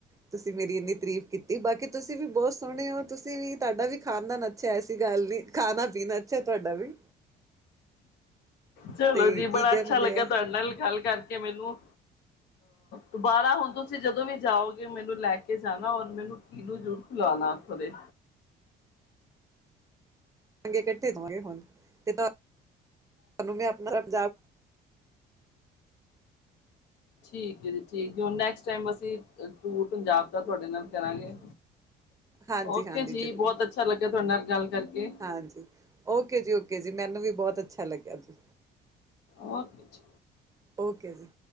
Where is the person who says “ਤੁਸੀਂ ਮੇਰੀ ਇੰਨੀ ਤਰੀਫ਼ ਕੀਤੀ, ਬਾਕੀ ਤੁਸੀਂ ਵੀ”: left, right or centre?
Right